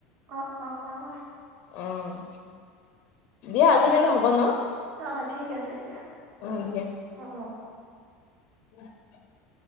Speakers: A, on the right; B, on the left.
A: অ অ অ
B: অ' দিয়া আজিৰ কাৰণে হ'ব ন'।
A: অ' ঠিক আছে, এতিয়া
B: অ' দিয়া।
A: অ, '-অ'।
B: <inaudible>